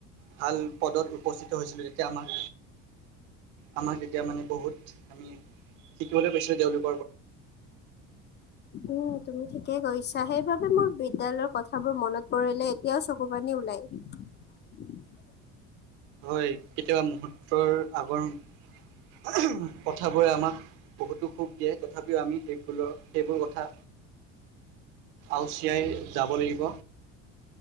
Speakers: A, on the right (about 80°); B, on the left (about 35°).
A: ভাল পদত উপস্থিত হৈছিলোঁ তেতিয়া আমাক আমাক তেতিয়া মানে বহুত আমি শিকিবলে পাইছিলো তেওঁলোক
B: উম তুমি ঠিকেই কৈছা সেইবাবে মোৰ বিদ্যয়ালয়ৰ কথাবোৰ মনত পৰিলে এতিয়া চকু পানী ওলায়। <unintelligible>
A: হয় কেতিয়াবা মুহূৰ্তৰ আগৰ <unintelligible> কথা বোৰে আমাক বহুতো সুখ দিয়ে, তথাপিও আমি সেইবোৰ সেইবোৰ কথা আউচীয়াই যাব লাগিব।